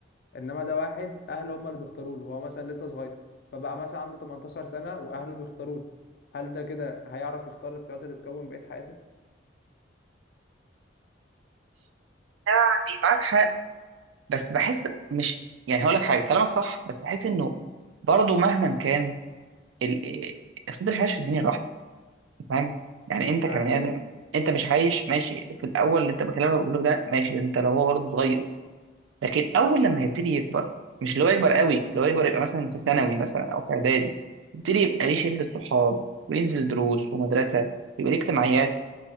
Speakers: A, on the left; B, on the right.
A: انما ده واحد اهله هم اللي بيختاروا له وهو مثلا لسه صغير فبقى مثلا عنده 18 سنة واهله بيختاروا له هل ده كده هيعرف يختار الاختيارات اللي تكون بقية حياته؟
B: يعني معاك حق بس بحس مش يعني هقول لك حاجة كلامك صح بس بحس إنه برضه مهما كان ال... إيه، أصل ده مش عايش في الدنيا لوحده فاهم يعني انت
A: ما
B: كبني
A: اكيد
B: ادم انت مش عايش ماشي في الاول اللي انت بكلمك بقول لك ده ماشي ده انت لو هو برضه صغير لكن اول لما هيبتدي يكبر مش اللي هو يكبر قوي لو يكبر يبقى مثلا في ثانوي مثلا او في اعدادي يبتدي يبقى ليه شله صحاب وينزل دروس ومدرسه يبقى ليه اجتماعيات